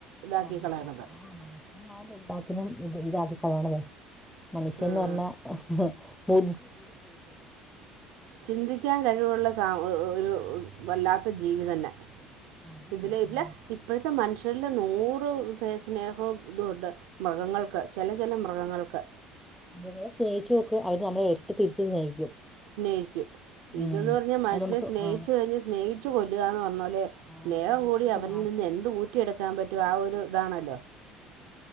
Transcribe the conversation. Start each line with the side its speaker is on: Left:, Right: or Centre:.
Right: ഇതാക്കി
Centre: ആ
Right: കളയണത്
Centre: ആഹ് മനുഷ്യമാര് ണ്ട ക്ക്ണ ഇത് ഇതാക്കി <unintelligible> മനുഷ്യൻന്ന്
Right: ആ
Centre: പറഞ്ഞ പു
Right: ചിന്തിക്കാൻ കഴിവുള്ള സാ ഒരു വല്ലാത്ത ജീവി തന്നെ
Centre: അതല്ല
Right: ഇതിലെ <unintelligible>
Centre: ആ
Right: ഇപ്പഴത്തെ മനുഷ് ങ്ങൾടെ നൂറ് പേ സ്നേഹം ഇതൂണ്ട് മൃഗങ്ങൾക്ക് ചില ചില മൃഗങ്ങൾക്ക്
Centre: ങ്ങളെ സ്നേഹിച്ചു നോക്ക് അവര് നമ്മളെ ഇരട്ടി തിരിചും സ്നേഹിക്കും
Right: സ്നേഹിക്കും ഇത്ന്ന്
Centre: ഉം
Right: പറഞ്ഞാൽ മനുഷ്യനെ
Centre: അത് നമുക്ക്
Right: സ്നേഹിച്ചു
Centre: ആ
Right: കഴിഞ്ഞ് സ്നേഹിച്ചു കൊല്ലുകാന്ന് പറഞ്ഞോലെ
Centre: ആ
Right: സ്നേഹം
Centre: സ്നേഹിച്ച്
Right: കൂടി
Centre: നോക്ക്
Right: അവരിൽ
Centre: ലാസ്റ്റ്
Right: നി ന്ന് എന്ത് ഊറ്റിയെടുക്കാൻ പറ്റും ആ ഒരു ഇതാണല്ലോ